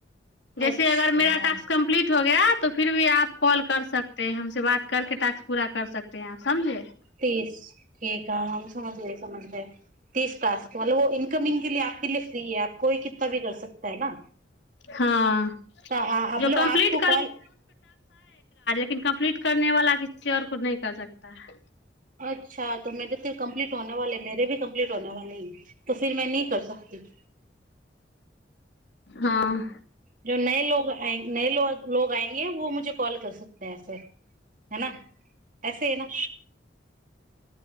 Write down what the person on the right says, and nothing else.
अच्छा
तीस ठीक है हम समझ गए समझ गए तीस क्ास मतलब इनकमिंग के लिपके लि फ्री है आपको कितना भी कर सकता है न
तऽल
आपको कॉल
अच्छा त मेर त कम्पलीट होने वाले मेे भी कम्प्ीट होने वाले ह त फर में नहि कर सकता <inaudible>
जो नए लोग आ न लोग आएंगे वो मुे कॉल कर सकतेै ऐस हना ऐसे ह न